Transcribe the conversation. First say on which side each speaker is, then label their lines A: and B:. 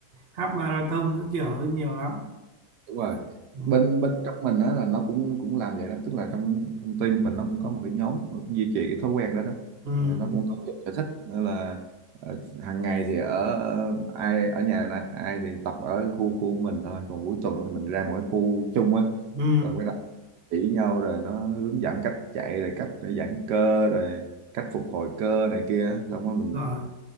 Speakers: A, on the right; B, on the right.
A: half marathon các kiểu ấy nhiều lắm
B: đúng rồi
A: ừ,
B: bên bên trong mình đó là nó cũng cũng làm vậy đó tức là trong trong team mình nó cũng có một cái nhóm nó cũng duy trì cái thói quen đó đó
A: ừ,
B: Ờ, nó cũng có cái sở thích nên là ờ, hàng ngày thì ở ở- ai ở nhà này ai thì tập ở khu khu mình thôi còn cuối tuần thì mình ra một cái khu chung á
A: ừ,
B: rồi mới đầu chỉ nhau rồi nó hướng dẫn cách chạy rồi cách giãn cơ rồi cách phục hồi cơ này kia xong rồi mình
A: rồi